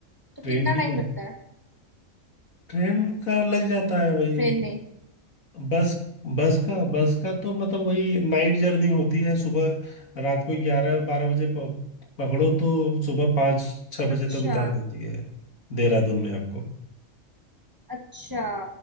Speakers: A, on the right; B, on the left.
A: तो
B: ट्रेन
A: कितना
B: भी
A: टाइम
B: जा
A: लगता है
B: ट्रेन का लग जाता है वही
A: ट्रेन में
B: बस बस का बस का तो मतलब वही नाइट जर्नी होती है सुबह रात को ग्यारह बारह बजे प- पकड़ो तो सुबह पाँच छः बजे
A: अच्छा
B: तक उतार देती है देहरादून में आपको
A: अच्छा